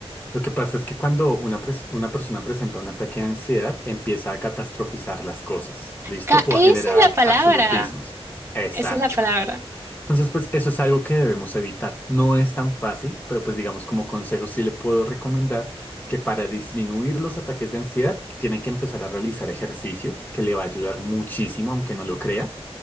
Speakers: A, on the left; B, on the right.
A: Lo que pasa es que cuando una, pres- una persona presenta un ataque de ansiedad, empieza a catastrofizar las cosas, ¿listo?
B: Ca-
A: O
B: Esa
A: a generar
B: es la palabra,
A: absolutismos. Exacto.
B: esa es la palabra.
A: Entonces, pues eso es algo que debemos evitar. No es tan fácil, pero pues digamos como consejo sí le puedo recomendar que para disminuir los ataques de ansiedad tiene que empezar a realizar ejercicio que le va a ayudar muchísimo, aunque no lo crea,